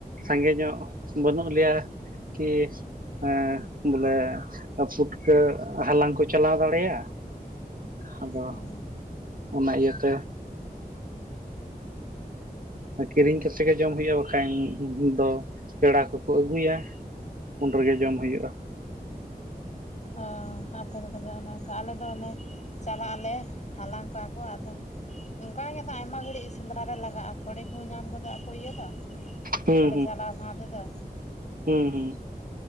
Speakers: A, on the right (about 60°); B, on the left (about 45°).
A: ᱥᱟᱸᱜᱮ ᱧᱚᱜ ᱵᱟᱹᱱᱩᱜ ᱞᱮᱭᱟ ᱠᱤ ᱮᱸ ᱵᱚᱞᱮ ᱯᱩᱴᱠᱟᱹ ᱦᱟᱞᱟᱝ ᱠᱚ ᱪᱟᱞᱟᱣ ᱫᱟᱲᱮᱭᱟᱜᱼᱟ᱾ ᱟᱫᱚ
B: ᱦᱮᱸ
A: ᱚᱱᱟ ᱤᱭᱟᱹᱛᱮ ᱠᱤᱨᱤᱧ ᱠᱟᱛᱮ ᱜᱮ ᱡᱚᱢ ᱦᱩᱭᱩᱜᱼᱟ ᱵᱟᱠᱷᱟᱱ ᱫᱚ ᱯᱮᱲᱟ ᱠᱚᱠᱚ ᱟᱹᱜᱩᱭᱟ᱾ ᱩᱱ ᱨᱮᱜᱮ ᱡᱚᱢ ᱦᱩᱭᱩᱭᱩᱜᱼᱟ᱾
B: ᱚ ᱟᱯᱮ ᱫᱚ ᱛᱚᱵᱮ ᱚᱱᱮ ᱚᱱᱠᱟ ᱟᱞᱮ ᱫᱚ ᱚᱱᱮ ᱪᱟᱞᱟᱜ ᱟᱞᱮ ᱦᱟᱞᱟᱝ ᱠᱚᱣᱭᱟ ᱠᱚ, ᱟᱫᱚ ᱚᱝᱠᱟᱟᱜᱮ ᱟᱫᱚ ᱟᱭᱢᱟ ᱜᱷᱟᱹᱲᱤᱡ ᱥᱮᱸᱫᱽᱨᱟ ᱨᱮ ᱞᱟᱜᱟᱜᱼᱟ᱾ ᱛᱷᱚᱲᱤ ᱠᱚ ᱧᱟᱢ ᱜᱚᱫᱟ ᱟᱠᱚ ᱤᱭᱟᱹ ᱫᱚ
A: ᱦᱩᱸ
B: ᱵᱚᱞᱮ ᱪᱟᱞᱟᱣ ᱥᱟᱶ ᱛᱮᱫᱚ᱾
A: ᱦᱩᱸ ᱦᱩᱸ᱾